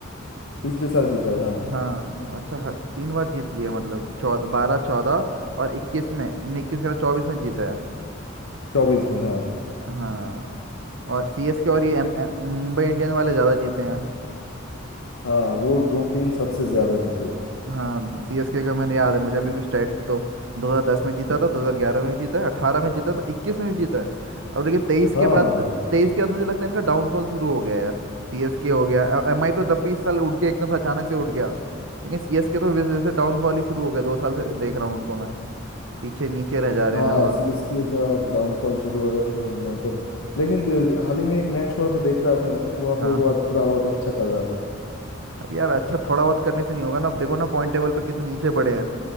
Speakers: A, on the left (about 85°); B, on the right (about 65°).
A: पिछले साल जीता है हाँ
B: हाँ अच्छा खा- तीन बार जीत लिया मतलब चौदह बारह चौदह और इक्कीस में नहीं इक्कीस के चौबीस में जीता है
A: चौबीस में हाँ
B: हाँ और सीएसके और ये एम, ए- मुंबई इंडियंस वाले ज़्यादा जीते हैं
A: हाँ वो दो टीम सबसे ज्यादा जीते
B: हाँ सीएसके का मैंने याद है मुझे अभी भी स्टेट्स तो 2010 में जीता था 2011 में भी जीता है 18 में जीता था 21 में भी जीता है अब लेकिन 23
A: हाँ
B: के बाद
A: हाँ
B: 23 के बाद मुझे लगता है इनका डाउनफॉल शुरू हो गया यार सीएसके हो गया एमआई तो तब भी इस साल उठ गया एकदम से अचानक से उठ गया लेकिन सीएसके तो वैसे जैसे डाउनफॉल ही शुरू हो गया दो साल से देख रहा हूँ उनको मैं पीछे नीचे रह जा रहे
A: हाँ
B: हैं हर बार
A: सीएसके का डाउनफॉल शुरू हो रहा है वो मतलब लेकिन जो- हाल ही में एक मैच हुआ तो देख रहा था मैं वहाँ
B: हाँ
A: पे वो आज थोड़ा बहुत अच्छा कर रहा था
B: अब यार अच्छा थोड़ा बहुत करने से नहीं होगा ना अब देखो ना पॉइंट टेबल पे कितने नीचे पड़े हैं